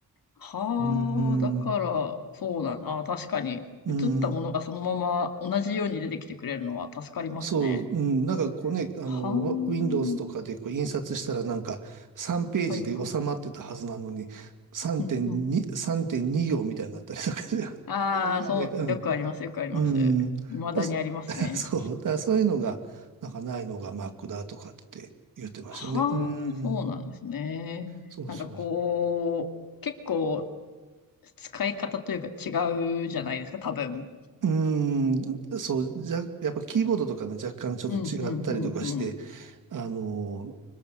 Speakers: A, on the left (about 80°); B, on the right (about 65°).
A: はあ、
B: ううん。
A: だから、そうだな。あー確かに、
B: うん、
A: 映ったものがそのまま同じように出てきてくれるのは助かりますね。
B: そう、うん、なんかこうね、あの、
A: はあ、
B: わ Windows とかでこう印刷したらなんか3ページで収まってたはずなのに、
A: はいは
B: 3.2、
A: い。うんうん。
B: 3.2行みたいになったりとかして、
A: ああ、
B: <laughs> おーみたいな、
A: そう、
B: う
A: よくあります、よくあります。
B: ん、うんあそ
A: 未だにありますね。
B: <laughs> そう、だからそういうのが、なんかないのが Mac だとかって言ってましたね。
A: はあ、
B: うん、
A: そうなんですね。
B: そうそう。
A: なんかこう、結構使い方というか違うじゃないですか、多分。
B: うーん、そう、じゃ、やっぱキーボードとかね、若干ちょっと違ったりとかして、
A: うん、うん、うん、うん。
B: あの、